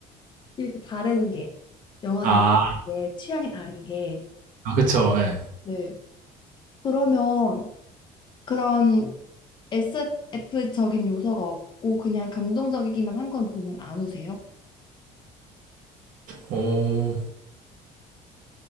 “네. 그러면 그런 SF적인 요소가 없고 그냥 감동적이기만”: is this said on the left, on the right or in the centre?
Left